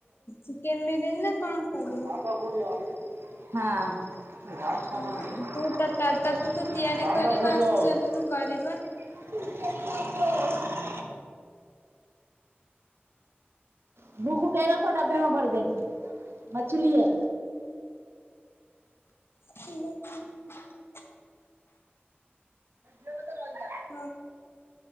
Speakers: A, on the left (about 70°); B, on the right (about 75°).
A: ଚିକେନ ବିରିୟାନୀ ନା କଣ କରିବା?
B: <unintelligible> ହଁ, କୁ
A: ହଁ ତୁ ତ ତତେ
B: <unintelligible>
A: ତ ତିଆରି କରିବା ଆସେ
B: ଛା
A: ଚାଲୁନୁ କରିବା।
B: <unintelligible> <unintelligible> ମଛଲି ହେ,
A: ହ୍ୟାଲୋ <unintelligible>
B: ଇଏ ଗୋଟେ ମଇଦା।
A: ହଁ।